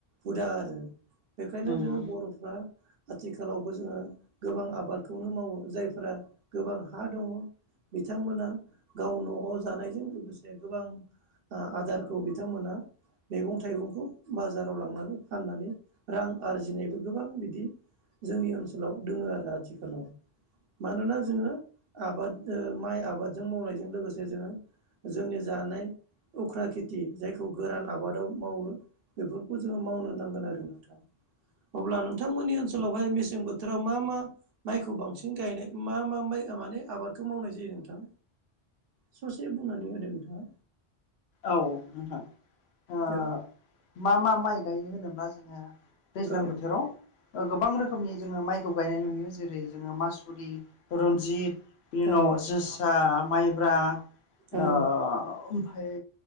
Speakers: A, on the right (about 65°); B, on the left (about 80°).
A: हुदा आरो। बेखायनो
B: नंगौ
A: जोङो बर'फ्रा आथिखालावबो जोङो गोबां आबादखौनो मावो। जायफोरा गोबां हा दङ। बिथांमोना गाव न'आव जानायजों लोगोसे गोबां आ आदारखौ बिथांमोना मैगं थाइगंखौ बाजाराव लांनानै फाननानै रां आरजिनायबो गोबां बिदि जोंनि ओनसोलाव दोङो आरो आथिखालाव। मानोना जोङो आबाद ओ माइ आबादजों मावनायजों लोगोसे जोङो। जोंनि जानाय उख्रा खेथि जायखौ गोरान आबादाव मावो। बेफोरखौ जोङो मावनो नांगोन आरो नोंथां। अब्ला नोंथांमोननि ओनस सोलावहाय मेसें बोथोराव मा मा माइखौ बांसिन गायनाय मा मा माइया माने आबादखौ मावनाय जायो नोंथां? ससे बुंनानै होदो नोंथाङा।
B: औ नोंथां ओ
A: औ
B: मा मा माइ गायो होनोब्ला जोङो। दैज्लां
A: औ
B: बोथोराव ओ गोबां रोखोमनि जोङो माइखौ गायनाय नुयो। जेरै जोङो मास फुदि, रन्जित बिनि उनाव
A: औ
B: जोसा, माइब्रा
A: औ
B: ओ ओमफाय